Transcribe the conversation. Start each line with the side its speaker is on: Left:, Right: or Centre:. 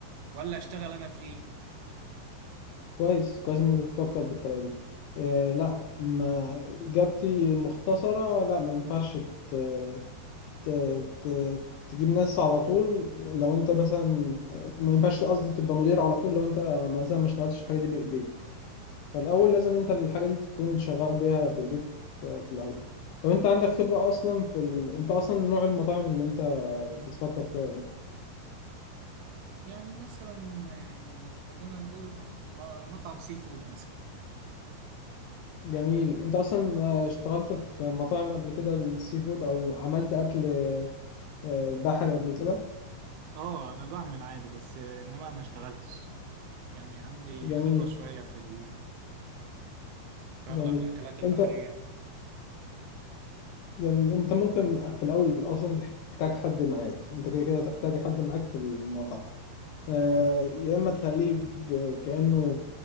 Right: ولا اشتغل انا فيه
Left: كويس كويس ان انت تفكر بالطريقه دي آه لا ما اجابتي مختصره لا ما ينفعش ت... ت... ت... تجيب ناس على طول لو انت مثلا ما ينفعش قصدي تبقى مدير على طول لو انت مثلا ما اشتغلتش الحاجه دي بايديك فالاول لازم انت الحاجه دي تكون شغال بيها بايديك آه، في الاول لو انت عندك خبره اصلا في ال... انت اصلا نوع المطاعم اللي انت بتفكر فيها ايه
Right: يعني مثلا آه، خلينا نقول م- م- مطعم سي فود مثلا
Left: جميل انت اصلا آه، اشتغلت في مطاعم قبل كده السي فود او عملت اكل آه، البحر قبل كده
Right: اه انا بعمل عادي بس آه، انما ما اشتغلتش يعني عندي
Left: جميل
Right: خبرة شوية في ال- في اغلب
Left: جميل
Right: الاكلات البحرية
Left: انت جميل انت ممكن في الاول اصلا تحتاج حد معاك انت كده كده هتحتاج حد معاك في المطعم آه، يا اما تخليه ب- كأنه